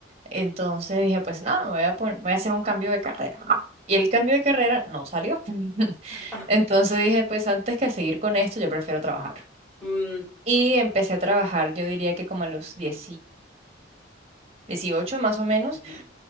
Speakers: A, on the right; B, in the centre.
A: Entonces dije, pues nada, me voy a pon- voy a hacer un cambio de carrera. Y el cambio de carrera no salió. <laughs>
B: Ah,
A: Entonces dije, pues antes que seguir con esto, yo prefiero trabajar.
B: mm,
A: Y empecé a trabajar, yo diría que como a los 10 18 más o menos.
B: Ujú.